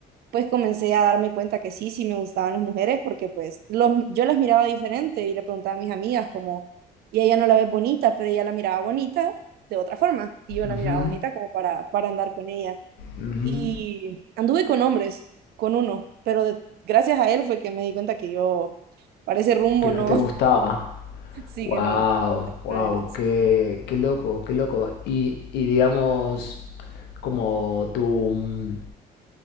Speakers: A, on the right (about 70°); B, on the left (about 75°).
A: pues comencé a darme cuenta que sí, sí me gustaban las mujeres, porque pues los, yo las miraba diferente y le preguntaba a mis amigas como y ella no la ve bonita, pero ella la miraba bonita de otra forma y yo la
B: Ujú,
A: miraba bonita como para, para andar con ella.
B: ujú.
A: Y anduve con hombres, con uno, pero de- gracias a él fue que me di cuenta que yo, para ese rumbo,
B: Que no
A: no,
B: te gustaba.
A: <laughs> sí
B: Wow,
A: que no.
B: wow,
A: no era, sí.
B: qué, qué loco, qué loco. Y, y digamos, como tu, mm,